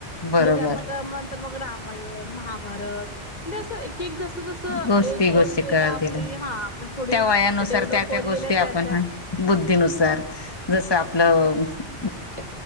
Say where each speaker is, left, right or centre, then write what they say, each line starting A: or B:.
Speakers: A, on the left; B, on the left.
A: बरोबर
B: म्हणजे मग नंतर मग रामायण महाभारत म्हणजे असं एक की एक जसं जसं
A: गोष्टी
B: एज होत
A: गोष्टी
B: गेलं
A: करत
B: आपली
A: गेल्या
B: हा आपली थोडी
A: त्या वयानुसार
B: डेव्हलप
A: त्या त्या
B: होत
A: गोष्टी
B: गेल्या त्यात्या
A: आपण हा बुद्धीनुसार जस आपलं अ
B: <inaudible>